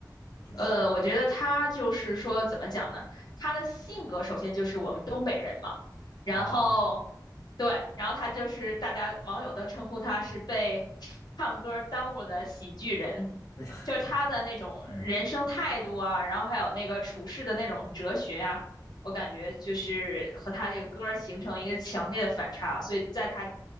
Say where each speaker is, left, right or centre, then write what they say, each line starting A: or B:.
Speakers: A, on the left; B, on the left.
A: 就是
B: 呃，我觉得他就是说，怎么讲呢？他的性格首先就是我们东北人嘛，然后
A: 哦，
B: 对，然后他就是大家网友都称呼他是被唱歌耽误的喜剧人，
A: 非常
B: 就是他的那种人生态度啊，
A: <laughs>。嗯。
B: 然后还有那个处事的那种哲学呀、我感觉就是和他这个歌儿形成一个强烈的反差，所以在他